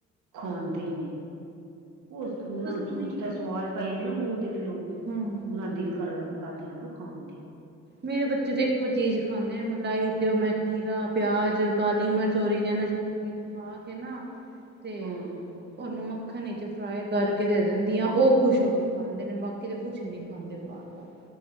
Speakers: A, on the right (about 85°); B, on the right (about 35°).
A: ਖਾਂਦੇ ਹੀ ਨੇ ਉਹ ਉਹਨਾਂ
B: ਤੁਸੀਂ
A: ਨੂੰ
B: ਨਹੀਂ
A: ਜਿੱਦਾਂ ਸਵਾਦ ਪੈ ਜਾਂਦੇ ਨਾ ਮੂੰਹ ਤੇ ਫਿਰ ਉਹ
B: ਹੂੰ
A: ਉਹਨਾਂ ਦਿਲ ਕਰ ਕਰ ਦੇਣਾ ਫਿਰ ਖਾਣ ਤੇ
B: ਮੇਰੇ ਬੱਚੇ ਤੇ ਇੱਕੋ ਚੀਜ਼ ਖਾਂਦੇ ਨੇ ਮਲਾਈ ਚ ਮੈਂਕੀਰਾ ਪਿਆਜ ਕਾਲੀ ਮਿਰਚ ਚੋਰੀ ਕਹ ਚ ਵਿੱਚ ਪਾ ਕੇ ਨਾ ਤੇ
A: ਹਾਂ
B: ਉਹਨੂੰ ਮੱਖਣ ਚ ਫਰਾਈ ਕਰਕੇ ਦੇ ਦਿੰਦੀ ਹ ਉਹ ਖੁਸ਼ ਹੋ ਕੇ ਖਾਂਦੇ ਨੇ ਬਾਕੀ ਤਾਂ ਕੁਛ ਨਹੀਂ ਖਾਂਦੇ ਪਰ ਦਾ